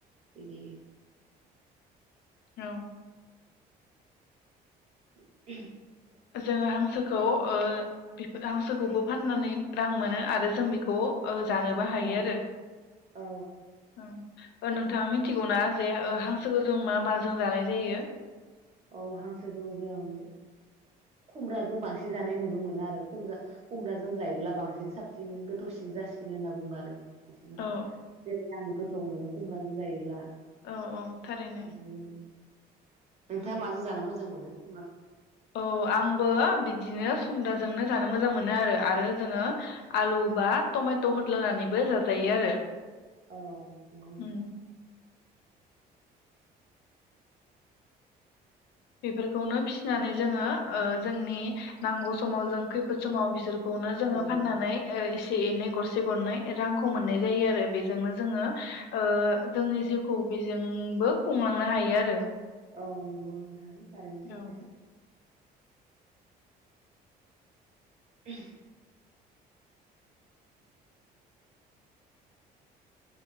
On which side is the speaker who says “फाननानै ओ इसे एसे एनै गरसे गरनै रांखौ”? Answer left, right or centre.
Left